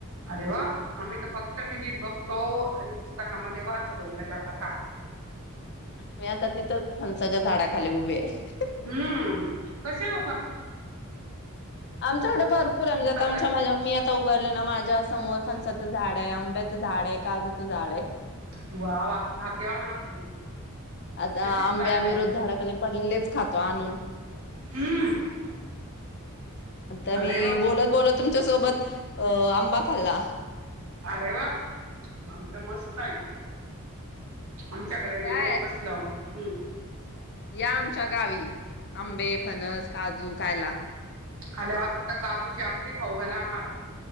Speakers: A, on the right (about 75°); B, on the left (about 55°).
A: अरे वा, आम्ही तर फक्त टीव्हीत बघतो आणि पुस्तकामध्ये, वाचतो त्याच्या कथा.
B: मी आता तिथंच फणसाच्या, झाडाखाली उभी हे.
A: हम्म कसे हो
B: आमच्याकडे भर <unintelligible>
A: फणसा
B: आता उभी आहे ना माझ्या समोर फणसाचं झाड आहे, आंब्याचं झाड आहे, काजूचं झाड आहे.
A: वा, वा भाग्यवान, आहात तुम्ही.
B: आता
A: नशीब
B: आंबे
A: काढलंय
B: आमी रोज झाडाखाली पडलेलेच खातो आणून,
A: हम्म
B: आता मी
A: अरे वा
B: बोलत, बोलत, तुमच्या सोबत अ आंबा खाल्ला.
A: अरे वा मगं त मस्त य. आमच्याकडे
B: काय
A: नाही हो कसलं हूं.
B: या आमच्या गावी आंबे, फनस, काजू, खायला.
A: आल्यावर फक्त काजूची, आमटी खाऊ घाला आम्हाला.